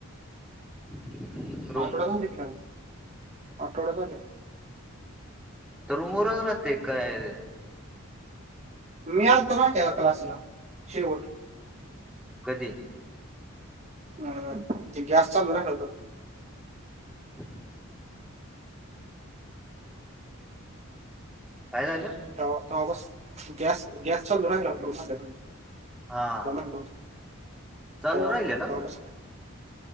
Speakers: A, in the centre; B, on the right (about 30°).
A: <inaudible>
B: आठवडा झाल की नाय मग? आठवडा झाल.
A: आता रूमवरच राहतय काय र?
B: मी आलतो ना त्या क्लासला शेवट.
A: कधी?
B: अ ते गॅस चालू राहिल होत
A: <unintelligible> काय झालं?
B: तवा तवा बस गॅस गॅस चालु राहिला होता माझ्या कडन
A: हा
B: रमण
A: चालू
B: तवा
A: राहिलेला
B: तवापसन